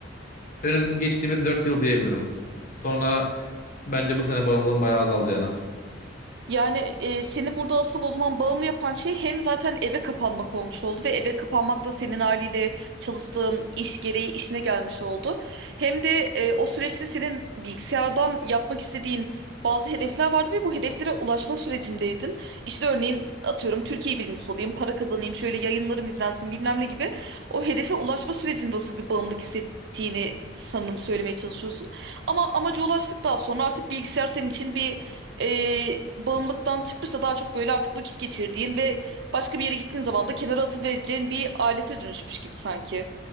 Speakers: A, on the left; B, on the right.
A: önüm geçtiğimiz dört yıl diyebilirim. Sonra bence bu sene bağımlılığım bayağı azaldı yani.
B: Yani e, seni burada asıl o zaman bağımlı yapan şey hem zaten eve kapanmak olmuş oldu ve eve kapanmak da senin haliyle çalıştığın iş gereği işine gelmiş oldu. Hem de e, o süreçte senin bilgisayardan yapmak istediğin bazı hedefler vardı ve bu hedeflere ulaşma sürecindeydin. İşte örneğin atıyorum Türkiye birincisi olayım, para kazanayım, şöyle yayınlarım izlensin bilmem ne gibi. O hedefe ulaşma sürecinde asıl bir bağımlılık hissettiğini sanırım söylemeye çalışıyorsun. Ama amaca ulaştıktan sonra artık bilgisayar senin için bir e, bağımlılıktan çıkmış daha çok böyle artık vakit geçirdiğin ve başka bir yere gittiğin zaman da kenara atıvereceğin bir alete dönüşmüş gibi sanki.